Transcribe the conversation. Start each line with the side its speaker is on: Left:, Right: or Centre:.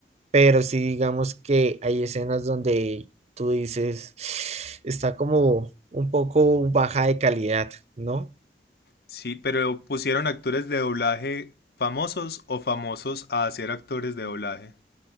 Right: pero sí digamos que hay escenas donde tú dices, <sighs> está como un poco baja de calidad, ¿no?
Left: Sí, pero pusieron actores de doblaje famosos o famosos a hacer actores de doblaje.